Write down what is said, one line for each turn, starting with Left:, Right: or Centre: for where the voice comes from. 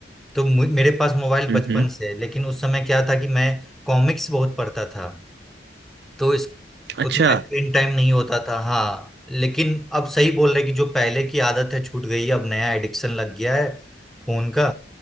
Centre: तो मु- मेरे पास मोबाइल
Right: हम्म
Centre: बचपन
Right: हम्म।
Centre: से है लेकिन उस समय क्या था कि मैं कॉमिक्स बहुत पढ़ता था तो इस उतना
Right: अच्छा
Centre: स्क्रीन टाइम नहीं होता था हाँ लेकिन अब सही बोल रहे हैं कि जो पहले की आदत है छूट गई है अब नया एडिक्शन लग गया है फोन का